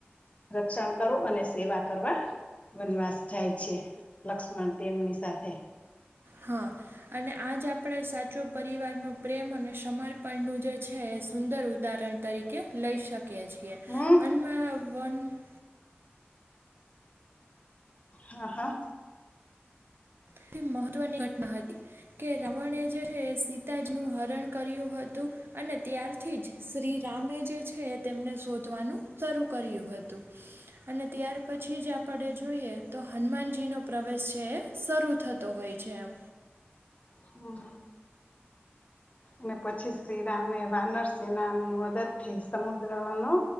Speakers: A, on the left; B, on the right.
A: રક્ષણ કરુ, અને સેવા કરવા. વનવાસ જાય છે. લક્ષ્મણ તેમની સાથે.
B: હા! અને આજ આપણે સાચો પરિવારનો. પ્રેમ અને સમર્પણનું જે છે. એ સુંદર ઉદાહરણ તરીકે લઈ શકીએ છેએ. <unintelligible>
A: હમ હા હા!
B: સથી મહત્વની ઘટના હતી. કે રામાયણ જે છે, સીતાજીનું હરણ કર્યું હતું. અને ત્યારથી જ શ્રી રામે જે છે, તેમને શોધવાનું શરૂ કર્યું હતું. અને ત્યાર. પછી જ આપણે જોઈએ, તો હનુમાનજી નો પ્રવેશ છે એ શરૂ થતો હોય છે એમ.
A: હમ! અને પછી, શ્રી રામે વાનર સેનાની મદદ થી સમુદ્રનો.